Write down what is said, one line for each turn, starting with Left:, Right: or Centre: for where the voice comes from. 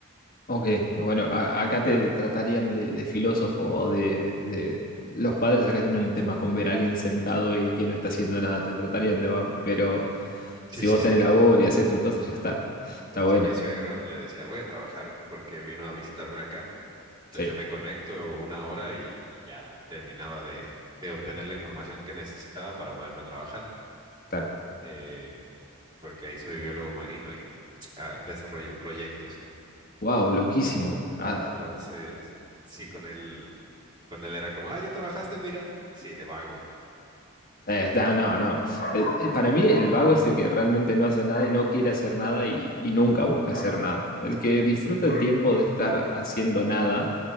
Left: ok. Bueno, a- acá te tratarían de, de filósofo o de, de- Los padres acá tienen un tema con ver a alguien sentado y que no está haciendo nada, te tratarían de vago. Pero
Right: Sí,
Left: si
Right: sí,
Left: vos
Right: sí.
Left: tenés labor y haces tus cosas, ya está. Está bueno.
Right: Sí, mi suegro le decía, voy a trabajar porque vino a visitarme acá. Entonces
Left: Sí,
Right: yo me conecto una hora y ya terminaba de, de obtener la información que necesitaba para ponerme a trabajar.
Left: claro.
Right: Eh, porque ahí soy biólogo marino y <tsk> ah, desarrollo proyectos.
Left: Wow, loquísimo. Ah,
Right: Entonces, sí, con él, con él era como, ah, ya trabajaste, mira. Sí, de vago,
Left: Eh, está- no, no. Eh, eh, para mí el vago es el que realmente no hace nada y no quiere hacer nada y, y nunca busca hacer nada. El que disfruta el tiempo de estar haciendo nada,